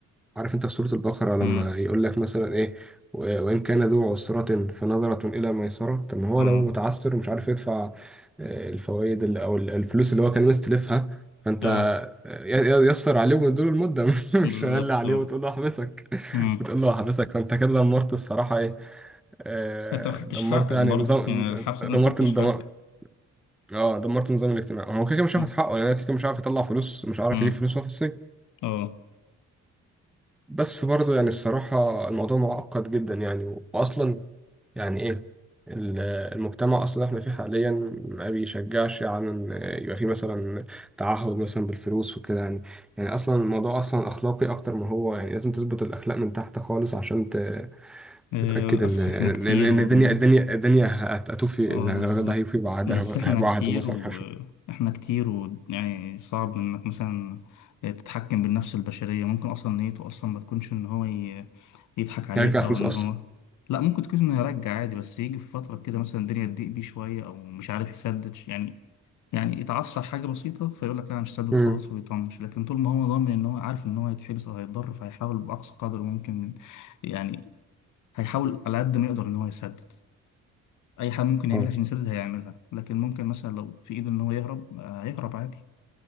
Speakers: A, in the centre; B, on the left.
A: عارف انت في سورة البقرة لما
B: امم
A: يقول لك مثلا ايه و- وإن كان ذو عسرة فنظرة إلى ميسرة طب ما هو
B: اه
A: لو متعسر ومش عارف يدفع آه، الفوائد اللي- أو ال- الفلوس اللي هو كان مستلفها فأنت
B: اه
A: آه، ي- ي- يسر عليه ومديله المدة <laughs> مش
B: بالظبط
A: غالي عليه
B: اه
A: وتقول له أحبسك <laughs>
B: امم
A: وتقول له أحبسك فأنت كده دمرت الصراحة ايه آه،
B: انت ما خدتش
A: دمرت
B: حقك
A: يعني
B: برضه
A: نظام
B: يعني الحبس
A: دمرت
B: ده ما خدتش
A: دمرت
B: حقك
A: اه دمرت النظام الاجتماعي هو كده كده مش هياخد
B: امم
A: حقه لان يعني كده كده مش عارف يطلع فلوس مش عارف
B: امم
A: يجيب فلوس وهو في السجن
B: اه
A: بس برضو يعني الصراحة الموضوع معقد جدا يعني و- وأصلا يعني إيه ال- المجتمع أصلا إحنا فيه حاليا ما بيشجعش على إن يبقى فيه مثلا تعهد مثلا بالفلوس وكده يعني يعني أصلا الموضوع أصلا أخلاقي أكتر ما هو يعني لازم تظبط الأخلاق من تحت خالص عشان ت-
B: آه،
A: تتأكد
B: للأسف
A: إن إن
B: احنا كتير
A: إن
B: ون...
A: الدنيا الدنيا الدنيا هت- هتوفي يعني
B: اه بالظبط
A: الراجل ده هيوفي بعدها
B: بس احنا
A: بعده
B: كتير
A: مثلا
B: واحنا
A: حاجة
B: كتير ويعني صعب انك مثلا آه، تتحكم بالنفس البشرية ممكن اصلا نيته اصلا ما تكونش ان هو ي- يضحك عليك
A: هيرجع
B: او
A: فلوس
B: ان
A: أصلا
B: هو لا ممكن تكون انه يرجع عادي بس يجي في فترة كده مثلا الدنيا تضيق بيه شوية او مش عارف يسدد يعني يعني يتعثر حاجة بسيطة فيقول لك لا أنا مش سدد
A: امم
B: خلاص ويطنش لكن طول ما هو ضامن ان هو عارف ان هو هيتحبس او هيتضر فهيحاول باقصى قدر ممكن يعني هيحاول على قد ما يقدر ان هو يسدد اي حاجه ممكن يعملها
A: اه
B: عشان يسدد هيعملها لكن ممكن مثلا لو في ايده ان هو يهرب آه، هيهرب عادي